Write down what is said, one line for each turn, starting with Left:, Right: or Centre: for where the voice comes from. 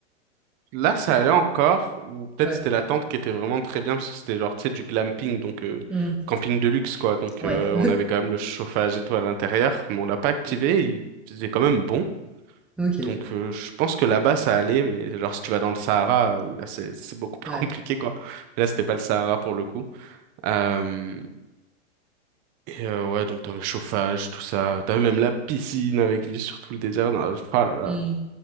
Right: Là, ça allait encore, ou peut-être
Centre: Ouais.
Right: c'était la tente qui était vraiment très bien, parce que c'était genre, tu sais, du glamping, donc euh,
Centre: Mmh.
Right: camping de luxe, quoi. Donc,
Centre: Ouais.
Right: euh, on avait quand même le chauffage et tout à l'intérieur, mais on l'a pas activé,
Centre: Ouais.
Right: il faisait quand même bon.
Centre: OK.
Right: Donc, euh, je pense que là-bas, ça allait, mais genre, si tu vas dans le Sahara, euh, oui, là, c'est c'est beaucoup plus
Centre: Ouais.
Right: <laughs> compliqué, quoi. Là, c'était pas le Sahara pour le coup. Euh, et euh, ouais, donc t'avais chauffage, tout ça. T'avais même la piscine avec vue sur tout le désert. dans la- Oh là là,
Centre: Mmh.